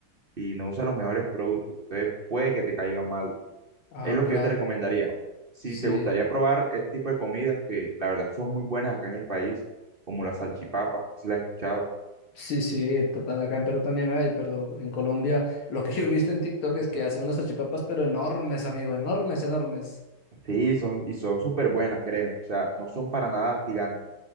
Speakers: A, on the right; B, on the left.
A: y no usa los mejores productos. Entonces puede que te caigan mal.
B: Ah,
A: Es lo
B: claro.
A: que yo te recomendaría. Si
B: Sí,
A: te gustaría probar este tipo de comidas que la verdad son muy buenas acá en el país, como las salchipapas no sé si las has escuchado.
B: sí, sí, total. Acá en Perú también hay, pero en Colombia lo que yo he visto en TikTok es que hacen unas salchipapas, pero enormes, amigo, enormes, enormes.
A: Sí, son, y son súper buenas, créeme. O sea, no son para nada gigantes